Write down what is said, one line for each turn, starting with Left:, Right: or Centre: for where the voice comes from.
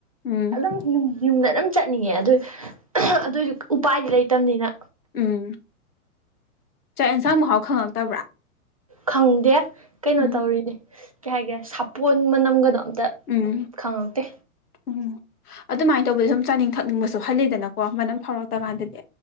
Left: ꯎꯝ
Right: ꯑꯗꯨꯝ ꯌꯨꯝꯗ ꯑꯗꯨꯝ ꯆꯠꯅꯤꯡꯉꯦ ꯑꯗꯨ ꯑꯗꯨꯏꯁꯨ ꯎꯄꯥꯏꯗꯤ ꯂꯩꯇꯕꯅꯤꯅ
Left: ꯎꯝ ꯆꯥꯛ ꯌꯦꯟꯁꯥꯡ ꯃꯍꯥꯎ ꯈꯪꯉꯛꯇꯕ꯭ꯔꯥ
Right: ꯈꯪꯗꯦ ꯀꯩꯅꯣ
Left: ꯎꯝ
Right: ꯇꯧꯔꯤꯅꯤ ꯀꯩ ꯍꯥꯏꯒꯦ ꯁꯥꯄꯣꯟ ꯃꯅꯝꯒꯗꯣ ꯇ
Left: ꯎꯝ
Right: ꯈꯪꯉꯛꯇꯦ
Left: ꯎꯝ ꯑꯗꯨꯃꯥꯏꯅ ꯇꯧꯕꯗ ꯁꯨꯝ ꯆꯥꯅꯤꯡ ꯊꯛꯅꯤꯡꯕꯁꯨ ꯍꯜꯂꯤꯗꯅꯀꯣ ꯃꯅꯝ ꯐꯥꯎꯔꯛꯇꯀꯥꯟꯗꯗꯤ